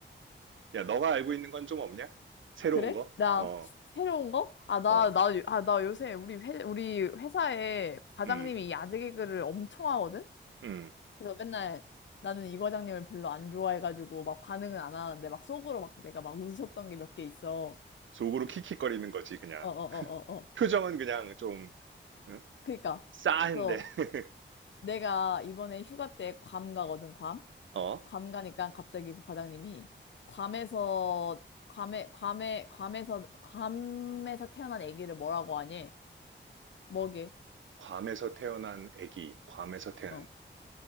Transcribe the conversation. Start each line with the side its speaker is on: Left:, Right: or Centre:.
Right: 야, 너가 알고 있는 건 좀 없냐? 새로운
Left: 그래?
Right: 거?
Left: 나
Right: 어,
Left: 새로운 거? 아, 나,
Right: 어,
Left: 나, 요- 아, 나 요새 우리 회, 우리 회사에 과장님이
Right: 음,
Left: 야제 개그를 엄청 하거든?
Right: 음.
Left: 그래서 맨날 나는 이 과장님을 별로 안 좋아해가지고 막 반응은 안 하는데 막 속으로 막 내가 막 웃었던 게 몇 개 있어.
Right: 속으로 킥킥거리는 거지, 그냥.
Left: 어 어 어 어 어.
Right: 표정은 그냥 좀, 응?
Left: 그니까.
Right: 싸한데.
Left: 그래서
Right: <laughs>
Left: 내가 이번에 휴가 때 괌 가거든, 괌.
Right: 어?
Left: 괌 가니까 갑자기 그 과장님이 괌에서 괌에 괌에 괌에서 괌에서 태어난 아기를 뭐라고 하니? 뭐게?
Right: 괌에서 태어난 애기. 괌에서 태어난,
Left: 어.